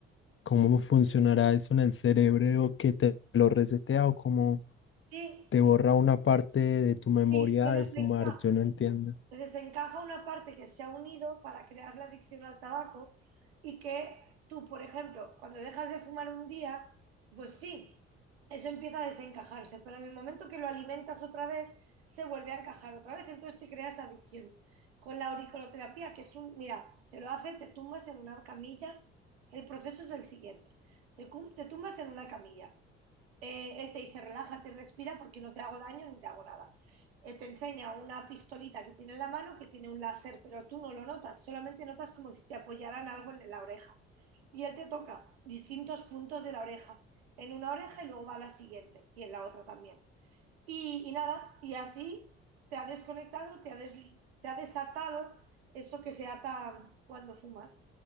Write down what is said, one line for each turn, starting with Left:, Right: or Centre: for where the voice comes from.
Left: ¿cómo funcionará eso en el cerebro que te lo resetea o como
Right: Sí,
Left: te borra una parte de tu memoria
Right: sí, te desencaja.
Left: de fumar? Yo no entiendo.
Right: Entonces Se encaja una parte que se ha unido para crear la adicción al tabaco y que tú, por ejemplo, cuando dejas de fumar un día, pues sí, eso empieza a desencajarse, pero en el momento que lo alimentas otra vez, se vuelve a encajar otra vez, entonces te creas adicción. Con la auriculoterapia, que es un, mira, te lo hace, te tumbas en una camilla, el proceso es el siguiente, te, cum- te tumbas en una camilla, eh, él te dice, relájate, respira porque no te hago daño ni te hago nada. Eh, te enseña una pistolita que tiene en la mano que tiene un láser, pero tú no lo notas, solamente notas como si te apoyaran algo en la oreja. Y él te toca distintos puntos de la oreja, en una oreja y luego va a la siguiente y en la otra también. Y, y nada, y así te ha desconectado, te ha, des- te ha desatado eso que se ata cuando fumas.